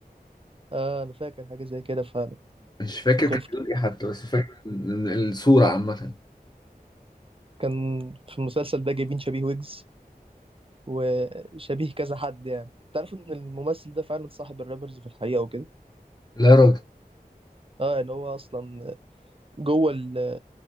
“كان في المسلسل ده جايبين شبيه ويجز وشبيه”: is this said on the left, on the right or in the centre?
Right